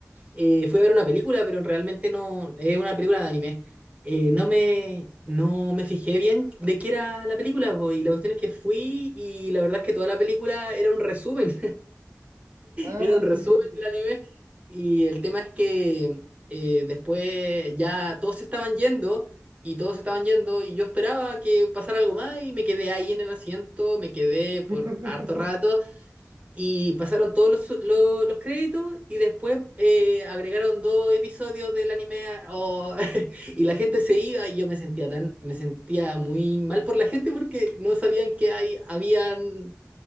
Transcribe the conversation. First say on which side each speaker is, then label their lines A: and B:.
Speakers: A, on the right; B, on the right.
A: eh, fui a ver una película, pero realmente no, es una película de anime. Eh, no me, no me fijé bien de qué era la película, po, y la cuestión es que fui y la verdad es que toda la película era un resumen
B: Ah,
A: era un
B: sí.
A: resumen del anime. Y el tema es que eh, después ya todos se estaban yendo y todos se estaban yendo y yo esperaba que pasara algo más y me quedé ahí en el asiento, me quedé por
B: <laughs>
A: harto rato y pasaron todos los, los, los créditos y después eh, agregaron dos episodios del anime o- <laughs> y la gente se iba y yo me sentía tan, me sentía muy mal por la gente porque no sabían que hay, habían,